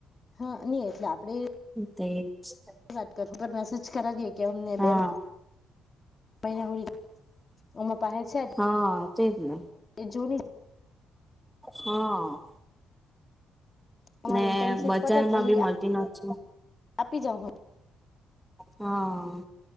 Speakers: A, on the left; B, in the centre.
A: હા, ની એટલે આપણે
B: તે જ
A: વાત કરું. ઉપર મેસેજ કરાવીએ કે અમને
B: હા
A: બેમ બે મહિના થઈ રહ્યા છે, એમાં પાસે છે
B: હા તેજ ને
A: એ જૂની
B: હા.
A: હ
B: ને
A: ઇન્ટર્નશીપ
B: બજારમાં
A: પતે પછી
B: બી મળતી નથી
A: આપી જાઉં હું
B: હા,